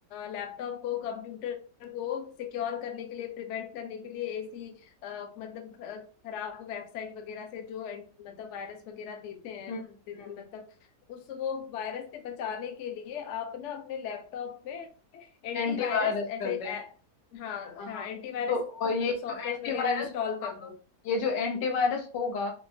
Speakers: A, on the left; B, on the left.
A: लैपटॉप को कंप्यूटर को सिक्योर करने के लिए प्रिवेंट करने के लिए ऐसी अ, मतलब ख- खराब वेबसाइट वगैरह से जो एंट- मतलब वायरस वगैरह देते हैं
B: हम्म हम्म
A: मतलब उस वो वायरस से बचाने के लिए आप ना अपने लैपटॉप में एंटीवायरस
B: एंटीवायरस
A: ऐसे
B: कर दे
A: ऐ- हाँ
B: हाँ
A: हाँ एंटीवायरस
B: तो और ये
A: सॉफ्टवेयर
B: जो एंटीवायरस
A: वगैरह इंस्टॉल
B: होगा
A: कर दो
B: ये जो एंटीवायरस होगा